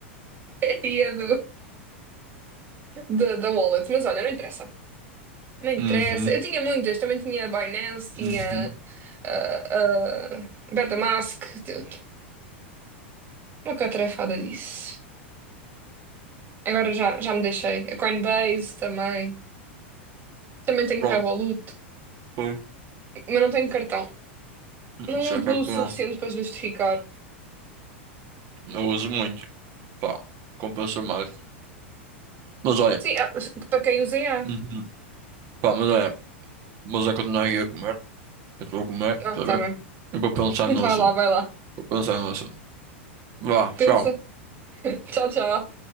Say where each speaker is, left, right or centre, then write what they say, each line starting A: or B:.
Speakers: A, on the right (about 30°); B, on the right (about 50°).
A: a dia do, do- da wallet, mas olha, não interessa. Não interessa.
B: Uhum,
A: Eu tinha muitas, também tinha a Binance, tinha
B: uhum.
A: a Betamask, t- t- uma catrefada disso. Agora já, já me deixei. A Coinbase também. Também tenho
B: Pronto,
A: Revolut,
B: foi.
A: mas não tenho cartão. Não
B: Isso é campeão.
A: uso o suficiente para justificar.
B: Eu uso muito. Pá, compensa mais. Mas olha,
A: Sim, ah, para quem usa, há.
B: uhum. Pá, mas olha mas é continuar aqui a comer. Eu estou a comer,
A: Ah,
B: está
A: tá
B: bem?
A: bem.
B: Eu vou pensar no
A: Vai
B: assunto.
A: lá, vai lá.
B: Vou pensar no assunto. Vá, tchau.
A: Pensa. Tchau, tchau.